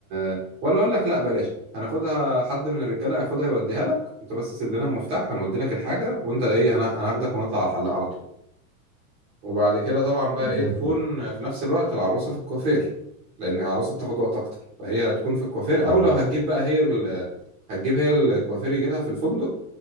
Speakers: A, on the right; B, on the left.
A: آه، ولا اقول لك لا بلاش هناخدها حد من الرجاله هياخدها يوديها لك انت بس سيب لنا المفتاح هنودي لك الحاجه وانت ايه هن- هناخدك ونطلع على الحلاق على طول وبعد كده طبعا بقى
B: زي
A: ايه تكون
B: الفل
A: في نفس الوقت العروسه في الكوافير لان العروسه بتاخد وقت اكتر فهي تكون في الكوافير
B: اه
A: او لو هتجيب بقى هي ال... هتجيب هي الكوافير يجي لها في الفندق